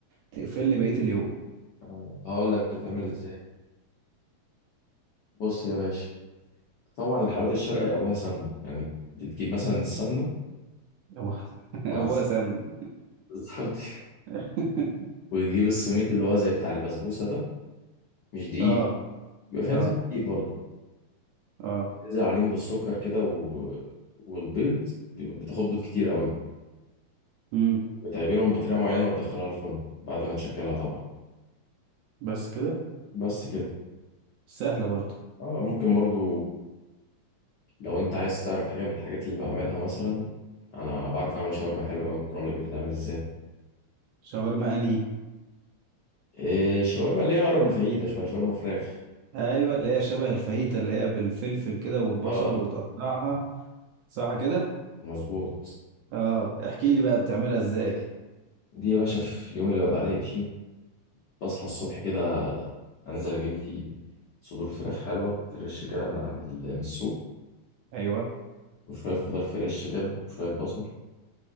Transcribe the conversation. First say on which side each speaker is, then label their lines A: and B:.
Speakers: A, on the right (about 75°); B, on the left (about 75°).
A: تقفلني بقية اليوم
B: آه، هقول لك بتتعمل
A: <laughs>
B: ازاي بص يا باشا طبعا الحلويات الشرقي ابوها سمنة يعني بتجيب مثلا السمنة
A: ابوها
B: مع
A: ابوها
B: الس-
A: سمنة
B: <laughs> بالظبط
A: <laughs>
B: وتجيب السميط اللي هو زي بتاع البسبوسة ده مش دقيق
A: اه
B: بيبقى فيها
A: اه
B: نسبة دقيق برضه
A: اه
B: تنزل عليهم بالسكر كده و... والبيض بي- بتاخد بيض كتير قوي
A: امم
B: وتعجنهم بطريقة معينة وتدخلها الفرن بعد ما تشكلها طبعا
A: بس كده
B: بس كده
A: سهلة برضو
B: اه ممكن برضو لو انت عايز تعرف حاجة من الحاجات اللي بعملها مثلا انا بعرف اعمل شاورما حلوة قوي ممكن اقول لك بتتعمل ازاي
A: شاورما انهي
B: إيه، الشاورما اللي هي اقرب لفاهيتا شويه شاورما فراخ
A: ايوه اللي هي شبه الفاهيتا اللي هي بالفلفل كده والبصل
B: اه
A: وتقطعها صح كده
B: مظبوط
A: اه احكي لي بقى بتعملها ازاي
B: دي يا باشا في اليوم اللي ببقى رايق فيه بصحى الصبح كده انزل اجيب لي صدور فراخ حلوه فريش كده من عند ال- من السوق
A: ايوه
B: وشويه خضار فريش كده وشويه بصل